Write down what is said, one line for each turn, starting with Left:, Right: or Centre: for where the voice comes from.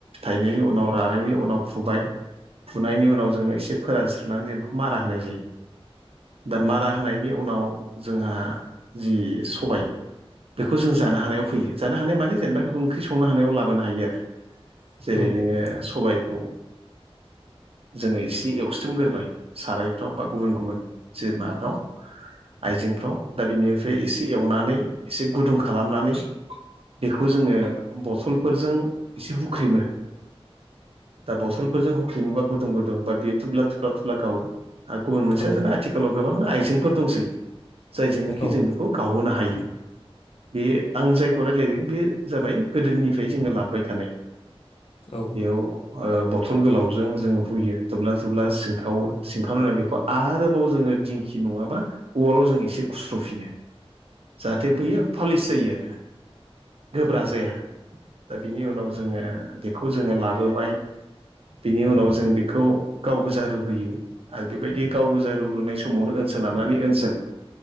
Right: थाइनायनि उनाव रानायनि उनाव फुबाय फुनायनि उनाव जोङो एसे फोरानस्रनानै जों बेखौ मारा होनाय जायो दा मारा होनायनि उनाव जोंहा जि सबाय बेखौ जों जानो हानायाव फैयो जानो हानाय माने जेनेबा बेखौ ओंख्रि संनो हानायाव लाबोनो हायो आरो
Left: औ
Right: जेरै नोङो सबायखौ जोङो एसे एवफ्रामग्रोबाय सारायफ्राव बा गुबुन गुबुन जे माबाफ्राव आइजेंफ्राव दा बिनिफ्राय एसे एवनानै एसे गुदुं खालामनानै बेखौ जोङो बथलफोरजों एसे हुख्रेमो दा बथलफोरजों होख्रेमोबा गदुं गुदुं हा बेयो थुब्ला थुब्ला थुब्ला गावो आरो गुबुन मोनसेया
Left: औ
Right: आथिखालाव गोबां आइजेंफोर दंसै जायजोंनोखि
Left: औ
Right: जों
Left: औ
Right: बेखौ गावहोनो हायो बे आं जायखौ रायज्लायदों बे जाबाय गोदोनिफ्राय जोङो लाबोबाय थानाय
Left: औ
Right: बेयाव बथल गोलावजों जोङो हुयो थुब्ला थुब्ला सिंखावो सिंखावनानै बेखौ आरोबाव जोङो दिंखि नङाबा उवालाव जों एसे खुस्र'फिनो जाहाथे बैयो पालिस जायो आरो गोब्रा जाया दा बिनि उनाव जोङो बेखौ जोङो लाबोबाय बिनि उनाव जों बेखौ गाव गोजा लुबैयो आरो बेबायदि गाव गोजा रुग्रोनाय समावनो ओनसोल लानानै ओनसोल